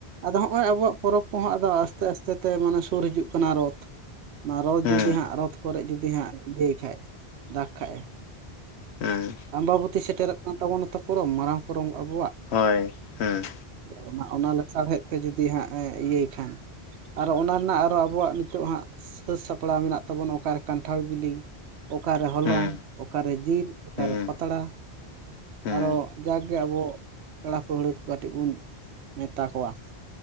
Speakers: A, on the right (about 85°); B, on the left (about 85°).
A: ᱟᱫᱚ ᱦᱚᱸᱜᱼᱚᱭ ᱟᱵᱚᱣᱟᱜ ᱯᱚᱨᱚᱵᱽ ᱠᱚᱦᱚᱸ ᱟᱫᱚ ᱟᱥᱛᱮ ᱟᱥᱛᱮ ᱛᱮ ᱢᱟᱱᱮ ᱥᱩᱨ ᱦᱤᱡᱩᱜ ᱠᱟᱱᱟ ᱨᱚᱛᱷ। ᱚᱱᱟ ᱨᱚᱛ
B: ᱦᱩᱸ
A: ᱡᱩᱫᱤ ᱦᱟᱸᱜ ᱨᱚᱛᱷ ᱠᱚᱨᱮ ᱡᱩᱫᱤ ᱦᱟᱸᱜ ᱤᱭᱟᱹᱭ ᱠᱷᱟᱡ ᱫᱟᱜᱽ ᱠᱷᱟᱡᱼᱮ।
B: ᱦᱮᱸ
A: ᱟᱢᱵᱟᱵᱚᱛᱤ ᱥᱮᱴᱮᱨᱚᱜ ᱠᱟᱱ ᱛᱟᱵᱚᱱᱟᱛᱚ ᱯᱚᱨᱚᱵᱽ ᱢᱟᱨᱟᱝ ᱯᱚᱨᱚᱵᱽ ᱟᱵᱚᱣᱟᱜ।
B: ᱦᱳᱭ ᱦᱮᱸ
A: ᱚᱱᱟ ᱚᱱᱟ ᱞᱮᱥᱟᱲᱦᱮᱫ ᱛᱮ ᱡᱩᱫᱤ ᱦᱟᱸᱜ ᱮ ᱤᱭᱟᱹᱭ ᱠᱷᱟᱱ। ᱟᱨᱚ ᱚᱱᱟ ᱨᱮᱱᱟᱜ ᱟᱨᱚ ᱟᱵᱚᱣᱟᱜ ᱱᱤᱛᱚᱜ ᱦᱟᱸᱜ ᱥᱟᱹᱛ ᱥᱟᱯᱲᱟᱣ ᱢᱮᱱᱟᱜ ᱛᱟᱵᱚᱱᱟ ᱚᱠᱟᱨᱮ ᱠᱟᱱᱴᱷᱟᱲ ᱵᱤᱞᱤ ᱚᱠᱟᱨᱮ ᱦᱚᱞᱚᱝ
B: ᱦᱩᱸ
A: ᱚᱠᱟᱨᱮ ᱡᱤᱞ ᱚᱠᱟᱨᱮ
B: ᱦᱩᱸ
A: ᱯᱟᱛᱲᱟ
B: ᱦᱩᱸ
A: ᱟᱨᱚ ᱦᱚ ᱡᱟᱠᱮ ᱟᱵᱚ ᱯᱮᱲᱟ ᱯᱟᱹᱲᱦᱟᱹ ᱠᱚ ᱠᱟᱹᱴᱤᱡ ᱵᱩᱱ ᱢᱮᱛᱟ ᱠᱚᱣᱟ